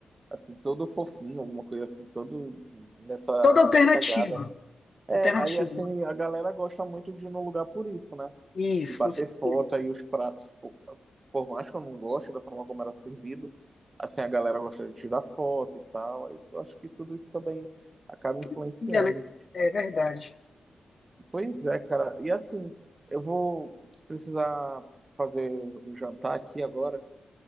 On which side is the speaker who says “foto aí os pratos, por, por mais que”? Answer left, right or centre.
Right